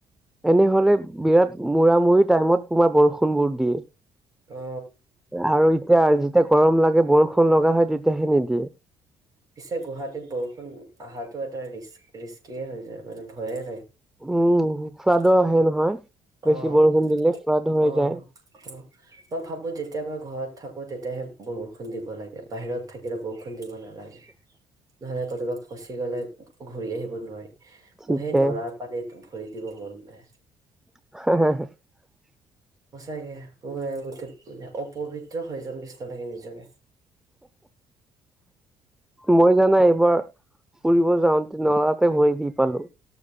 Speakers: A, in the centre; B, on the right (about 35°).
A: এনেহ'লে বিৰাট মূৰা-মূৰি টাইমত তোমাৰ বৰষুণবোৰ দিয়ে।
B: অ
A: আৰু তেতিয়া যেতিয়া গৰম লাগে বৰষুণ লগা হয় তেতিয়াহে নিদিয়ে।
B: পিছে গুৱাহাটীত বৰষুণ আহাটো এটা ৰিস্ক ৰিস্কিয়ে হৈ যায়। মানে ভয়ে
A: উম ফ্লাডো
B: নাই।
A: আহে নহয়। বেছি
B: অ',
A: বৰষুণ দিলে ফ্লাড হৈ
B: অ',
A: যায়
B: অ', মই ভাৱোঁ যেতিয়া মই ঘৰত থাকো তে তিয়াহে বৰষুণ দিব লাগে। বাহিৰত থাকিলে বৰষুণ দিব না লাগে। নহ'লে কতোবাত ফচি গলে ঘূৰি আহিব নোৱাৰি।
A: ঠিকে
B: মোৰ সেই নলাৰ পানীত ভৰি দিব মন নাই।
A: <inaudible>
B: সঁচাকে কোনোবাই গোটেইে অপৱিত্ৰ সজন কৃষ্ণ থাকে নিজকে।
A: মই জানাই এইবাৰ ফুৰিব যাওঁতে নৰাতে ভৰি দি পালো।